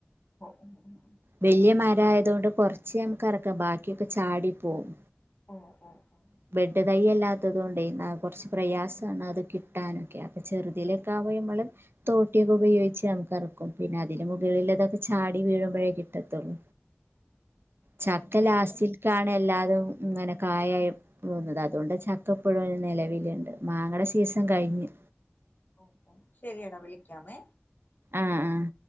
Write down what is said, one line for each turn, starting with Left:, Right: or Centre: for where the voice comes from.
Left: <unintelligible>
Right: വയ്യ മര ആയതൊണ്ട് കൊറച്ച് നമുക്ക് അറക്കാം. ബാക്കിയൊക്കെ ചാടി പോവും
Left: ഓ ഓ ഓ ഓ
Right: <unintelligible> തൈല്ലാത്തതോണ്ട്. ന്ന കുറച്ച് പ്രയാസാണ് അത് കിട്ടാനൊക്കെ അപ്പൾ ചെറുതയിലേക്ക ആവേയ്മ്മള് തോട്ടിയൊക്കെ ഉപയോഗിച്ച് നമ്മുക് അറക്കും. പിന്നെ അതിന് മുകളില് തൊക്കെ ചാടി വീഴുമ്പോഴേക്കിട്ടും. ട്ടതോളൂ ചക്കലാസ്റ്റിൽ
Left: ശരി
Right: കാണ്. എല്ലാരും ഇങ്ങനെ കായ പോവുന്നത് അതുകൊണ്ട് ചക്കപ്പഴും നിലവിലുണ്ട്. മാങ്ങയുടെ സീസൺ കഴിഞ്ഞ്.
Left: ഓ ഓ ശെരിയടാ വിളിക്കാമേ?
Right: ആഹ് ആഹ്